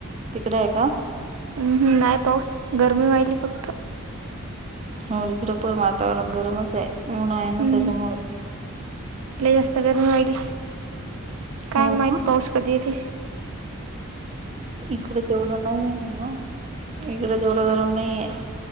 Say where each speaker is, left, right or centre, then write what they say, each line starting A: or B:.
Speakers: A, on the right; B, on the right.
A: तिकडे आहे का?
B: हम्नाही पाऊस गरमी वाहिली फक्त
A: हो इकडे पण वातावरण गरमच आहे म्हून आहे ना
B: हम्म
A: त्याच्यामु
B: जास्त गर्मी राहिली काय
A: हो
B: माहित
A: का
B: पाऊस कधी ते
A: इकडे तेवढं नाही आहे म्हण. इकड तेवढं गरम नाहीये